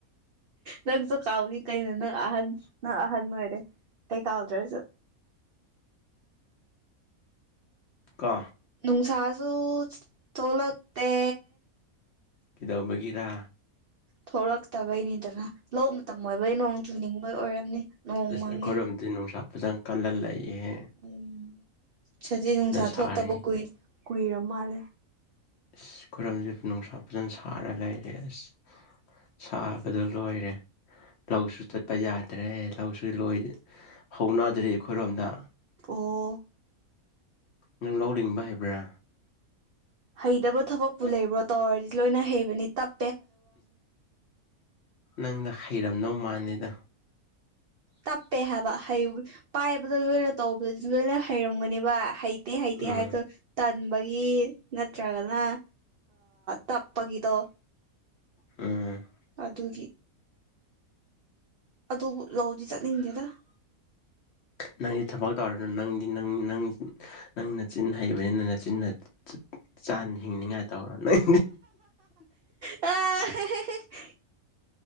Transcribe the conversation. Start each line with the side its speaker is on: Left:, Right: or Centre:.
Right: ꯅꯪꯁꯨ ꯀꯥꯎꯅꯤ ꯀꯩꯅꯣ ꯅꯪ ꯑꯍꯟ ꯅꯪ ꯑꯍꯟ ꯑꯣꯏꯔꯦ ꯀꯩ ꯀꯥꯎꯗ꯭ꯔꯁꯨ
Left: ꯀꯣ
Right: ꯅꯨꯡꯁꯥꯖꯨ ꯊꯣꯛꯂꯛꯇꯦ
Left: ꯀꯩꯗꯧꯕꯒꯤꯔ
Right: ꯊꯣꯛꯂꯛꯇꯕꯩꯅꯤꯗꯅ ꯂꯧ ꯃꯇꯝ ꯑꯣꯏꯕꯩ ꯅꯣꯡ ꯆꯨꯅꯤꯡꯕꯩ ꯑꯣꯏꯔꯝꯅꯤ ꯅꯣꯡ
Left: ꯑꯁ
Right: ꯃꯪꯉꯦ
Left: ꯑꯩꯈꯣꯏꯔꯣꯝꯗꯤ ꯅꯨꯡꯁꯥ ꯐꯖꯅ ꯀꯜꯂꯂꯩꯍꯦ
Right: ꯎꯝ ꯁꯖꯤ ꯅꯨꯡꯁꯥ
Left: ꯁꯥꯔꯤ
Right: ꯊꯣꯛꯇꯕ ꯀꯏ ꯀꯨꯏꯔ ꯃꯥꯜꯂꯦ
Left: ꯑꯁ ꯈꯨꯔꯨꯝꯁꯦ ꯅꯨꯡꯁꯥ ꯐꯖꯅ ꯁꯥꯔ ꯂꯩꯔꯦ ꯑꯁ ꯁꯥꯕꯗ ꯂꯣꯏꯔꯦ ꯂꯧꯁꯨ ꯆꯠꯄ ꯌꯥꯗ꯭ꯔꯦ ꯂꯧꯁꯤ ꯂꯣꯏ ꯍꯧꯅꯗ꯭ꯔꯤ ꯑꯩꯈꯣꯏꯔꯣꯝꯗ
Right: ꯑꯣ
Left: ꯅꯝ ꯂꯧꯅꯤꯡꯕ ꯍꯥꯏꯕ꯭ꯔꯥ
Right: ꯍꯩꯇꯕ ꯊꯕꯛꯄꯨ ꯂꯩꯕ꯭ꯔꯣ ꯇꯧꯔꯗꯤ ꯂꯣꯏꯅ ꯍꯩꯕꯅꯤ ꯇꯞ
Left: ꯅꯪꯗ ꯍꯩꯔꯝꯗꯧ ꯃꯥꯂꯦꯗ
Right: ꯇꯞꯄꯦ ꯍꯥꯏꯕ ꯍꯩ ꯄꯥꯏꯕꯗ ꯂꯣꯏꯅ ꯇꯧꯕꯗꯗꯤ ꯂꯣꯏꯅ ꯍꯩꯔꯝꯒꯅꯦꯕ ꯍꯩ ꯍꯥꯏꯗꯤ
Left: ꯎꯝ
Right: ꯍꯥꯏ ꯆ ꯇꯟꯕꯒꯤ ꯅꯠꯇ꯭ꯔꯒꯅ ꯇꯞꯄꯒꯤꯗꯣ
Left: ꯎꯝ
Right: ꯑꯗꯨꯒꯤ ꯑꯗꯨꯕꯨ ꯂꯧꯗꯤ ꯆꯠꯅꯤꯡꯗꯦꯗ <inaudible>
Left: ꯅꯪꯗꯤ ꯊꯕꯛ ꯇꯧꯔꯅ ꯅꯪꯗꯤ ꯅ ꯅꯪ ꯅꯪ ꯅꯆꯤꯟꯅ ꯍꯩꯕꯅꯤ ꯅꯪ ꯅꯆꯤꯟꯅ ꯆꯥꯅ ꯍꯤꯡꯅꯤꯉꯥꯏ ꯇꯧꯔ ꯅꯣꯏ
Right: ꯑ